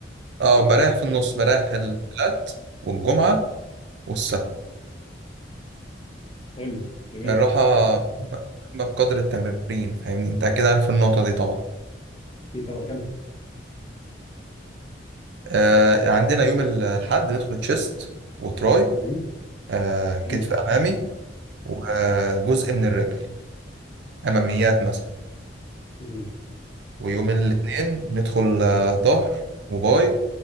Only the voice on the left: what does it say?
تمام
حلو جميل
اكيد طبعا كمل
امم
حلو
امم